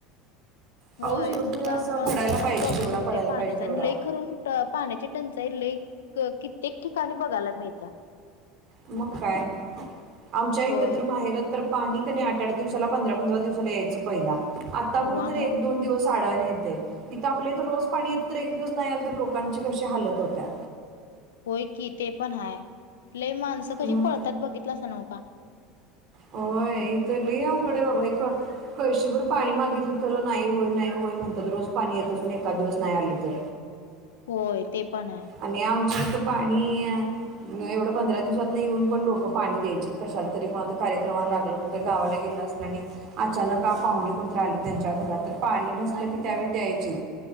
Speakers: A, on the right; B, on the left.
A: पाऊस
B: होय,
A: योग्य
B: मग त्यामुळं
A: असा पडायला
B: कस
A: पाहिजे
B: प्रॉब्लेम
A: जेवढा
B: होतोय
A: पडायला
B: पाण्याचा.
A: पाहिजे तेवढा
B: आणि लइ खरुन पाण्याची टंचाई लइ, कित्येक ठिकाणी बघायला मिळत्या.
A: मग काय. आमच्या इथे
B: होय.
A: तर, माहेरात तर पाणी कने, आठ आठ दिवसाला. पंधरा पंधरा दिवसाला. यायचं पहिला. आता
B: हव्वा
A: कुठ तरी
B: मग
A: एक दोन दिवस आडान येतय इथं आपल्या इथ रोज पाणी तर एक दिवस नाही आल तर लोकांची कशी हालत होत्या
B: होय की ते पण हाय लई माणसं कशी
A: मग
B: पळतात बघितलसा नव का
A: होय इथ लय अवघड आहे बाबा कळशीभर पाणी मागितलं तर नाही होय नाही होय म्हणतात रोज पाणी येतच एखाद दिवस नाही आल तर
B: होय ते पण हाय
A: आणि आमच्या इथ पाणी एवढं पंधरा दिवसात येऊन पण लोक पाणी द्यायच कशाला तरी कोणाला कार्यक्रमाला लागलं गावाला गेला असंला आणि अचानक पाहुणे कोण तर आली त्यांच्या घरात पाणी नसलं ती त्यावेळी द्यायचे